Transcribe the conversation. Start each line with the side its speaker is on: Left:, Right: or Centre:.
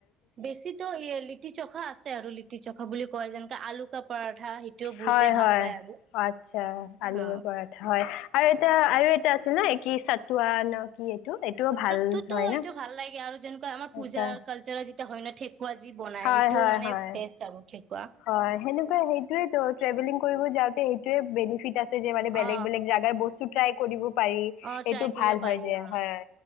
Right: বেছিতো ই লিটি চখা আছে আৰু লিটি চখা বুলি কয় যেনেকে আলু কা পৰঠা সেইটোও বহুতে
Left: হয়,
Right: ভাল
Left: হয়
Right: পায় আৰু
Left: আতচ্ছা আলুৰ
Right: অ
Left: পৰঠা হয়। আৰু এটা আৰু এটা আছিল ন? এ কি চাটুৱা না কি? এইটো এইটোও ভাল
Right: চাটতোটো
Left: হয়
Right: এইটো
Left: ন
Right: ভাল লাগে আৰু যেনেকুৱা আমাৰ পূজাৰ
Left: আচ্ছা
Right: কালচাৰৰ যেতিয়া হয়, ন ঠেকুৱা যি বনাই
Left: হয়
Right: সেইটো
Left: হয়
Right: মানে
Left: হয়
Right: বেষ্ট আৰু ঠেকুৱা।
Left: হয় সেনেকুৱা সেইটোৱেতো ট্ৰেভেলিং কৰিব যাওঁতে এইটোয়ে বেনিফিট আছ যে, মানে বেলেগ,
Right: অ
Left: বেলেগ জেগাৰ বস্তু ট্ৰাই কৰিব পাৰি
Right: অ ট্ৰাই
Left: এইটো
Right: কৰিব
Left: ভাল হয়,
Right: পাৰি
Left: যে,
Right: অ
Left: হয়।